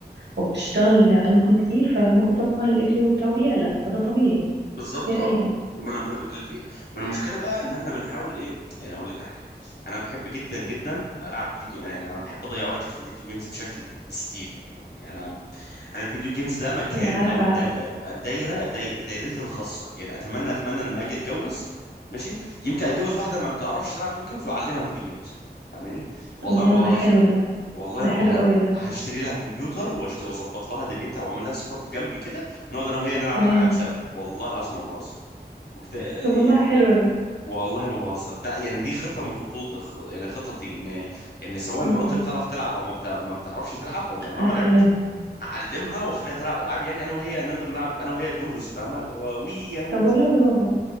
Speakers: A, on the right; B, on the left.
A: وبتشتغل على المخ كتير فالمخ طبعا الاي كيو بتاعه بيعلى فده طبيعي
B: بالظبط
A: دي حقيقة
B: اه ما انا بقول لك اللي فيها ما انا المشكله بقى ان احنا بنحاول ايه يعني اقول لك على حاجه انا بحب جدا جدا العب فيديو جيم يعني انا بحب اضيع وقتي في الفيديو جيمز بشكل هستيري يعني انا انا الفيديو جيمز ده مكان
A: انا عارفة
B: او الدا-
A: عارفة
B: الدايره داي... دايرتي الخاصه يعني اتمنى اتمنى لما اجي اتجوز ماشي يمكن اتجوز واحده ما بتعرفش تلعب فيديو جيمز واعلمها فيديو جيمز فاهماني والله
A: الله
B: ما بهزر
A: ده حلو ده
B: والله
A: ده
B: ما بهزر
A: حلو قوي ده
B: هشتري لها كمبيوتر واشت- واظبط لها دنيتها واعمل لها سيت اب جنبي كده نقعد انا وهي نلعب
A: كمان
B: العاب سوا والله العظيم ما بهزر وكت...
A: طب والله
B: يا-
A: حلو ده
B: والله ما بهزر ده يعني دي خطه من خطوط خ- يعني خططي ان يعني سواء
A: امم
B: مراتي بتعرف تلعب او ما, بتع... ما بتعرفش تلعب او عمرها
A: هتعلمها
B: ما لعبت هعلمها واخليها تلعب العاب يعني انا وهي نقدر نلعب انا وهي دوز فاهمه اللي هو وي انا وانت
A: طب والله برافو